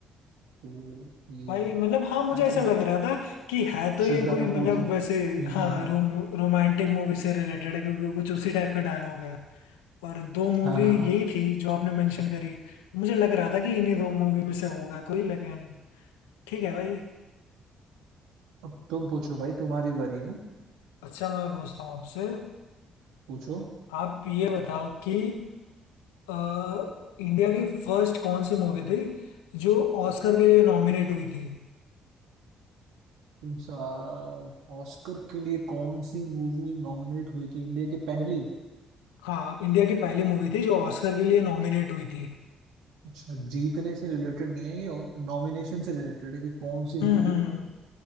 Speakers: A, on the right (about 80°); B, on the left (about 90°).
A: तो ये
B: भाई मतलब हाँ मुझे
A: आई
B: ऐसा
A: थिंक
B: लग रहा था कि है तो
A: श्रद्धा
B: ये कोई
A: कपूर
B: मतलब
A: थी हम्म
B: वैसे हाँ
A: हम्म हम्म
B: रोम रोमांटिक मूवी से रिलेटेड है क्योंकि कुछ उसी टाइप का डायलॉग है और दो मूवी
A: हाँ हाँ हाँ
B: यही थी जो आपने मेंशन करी मुझे लग रहा था कि इन्हीं दो मूवी में से होगा कोई लेकिन ठीक है भाई
A: अब तुम पूछो भाई तुम्हारी बारी ना
B: अच्छा मैं पूछता हूँ आपसे
A: पूछो
B: आप ये बताओ कि अ, इंडिया की फर्स्ट कौन सी मूवी थी जो ऑस्कर के लिए नॉमिनेट हुई थी
A: तुम सा ऑस्कर के लिए कौन सी मूवी नॉमिनेट हुई थी इंडिया की पहली
B: हाँ इंडिया की पहली मूवी थी जो ऑस्कर के लिए नॉमिनेट हुई थी
A: अच्छा जीतने से रिलेटेड नहीं है ये और नॉमिनेशन से रिलेटेड है कि कौन सी
B: हम्म
A: मूवी
B: हम्म